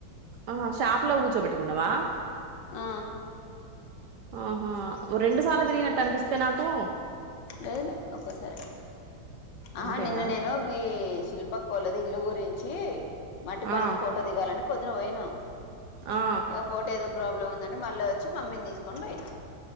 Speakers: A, on the right (about 70°); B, on the left (about 70°).
A: ఆహా షాప్ లో కూర్చోబెట్టుకున్నావా
B: ఆ
A: ఆహా రెండుసార్లు తిరిగినట్టు అనిపిస్తే నాకు
B: లేదు లేదు ఒక్కసారి ఆహా
A: అంతేనా
B: నిన్న నేను మీ శిల్ప పక్క వోళ్లది ఇల్లు గురించి మట్టి పనికి
A: ఆ
B: ఫోటో దిగాలంటే పొద్దున పోయిను
A: ఆ
B: ఇగ ఫోటో ఏదో ప్రాబ్లం ఉందంటే మళ్ళా వచ్చి మమ్మీని తీసుకొని పోయినా